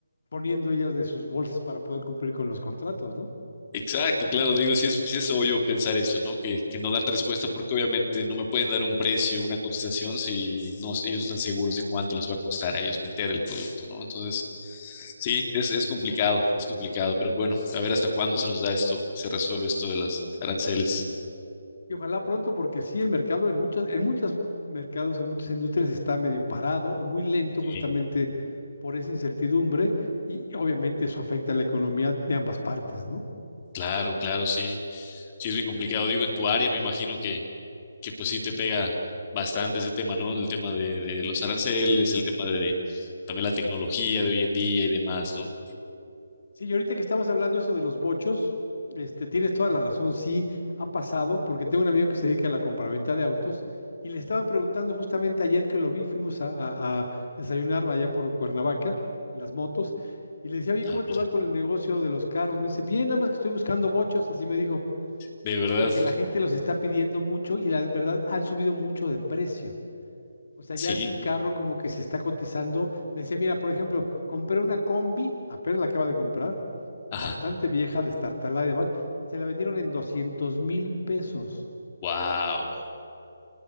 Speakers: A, on the left; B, on the left.
A: poniendo ellas de sus bolsas para poder cumplir con los contratos, ¿no?
B: Exacto, claro, digo, si es, sí es obvio pensar eso, ¿no? Que, que no dan respuesta porque obviamente no me pueden dar un precio, una cotización si no, ellos no están seguros de cuánto les va a costar a ellos meter el producto, ¿no? Entonces, sí, es, es complicado, es complicado, pero bueno, a ver hasta cuándo se nos da esto y se resuelve esto de los aranceles.
A: Y ojalá pronto, porque sí, el mercado en muchos, en muchos mercados, en muchas industrias está medio parado o muy lento justamente
B: Sí.
A: por esa incertidumbre y obviamente eso afecta a la economía de ambas partes, ¿no?
B: Claro, claro, sí. Sí, es bien complicado. Digo, en tu área me imagino que, que pues sí te pega bastante ese tema, ¿no? El tema de, de los aranceles, el tema de también la tecnología de hoy en día y demás, ¿no?
A: Sí, y ahorita que estabas hablando eso de los bochos, este, tienes toda la razón, sí ha pasado, porque tengo un amigo que se dedica a la compraventa de autos y le estaba preguntando justamente ayer que lo vi, fuimos a, a- a desayunar allá por Cuernavaca en las motos y le decía, oye,
B: Ah,
A: ¿cómo
B: mira,
A: te va con el negocio de los carros? Me dice, bien, nada más que estoy buscando bochos, así me dijo.
B: de verdad,
A: porque la gente los está pidiendo mucho y la verdad han subido mucho de precio. O sea,
B: sí.
A: ya es un carro como que se está cotizando. Me decía, mira, por ejemplo, compré una combi, apenas la acaba de comprar, bastante
B: Ajá.
A: vieja, destartalada y demás, se la vendieron en doscientos mil pesos.
B: Wow.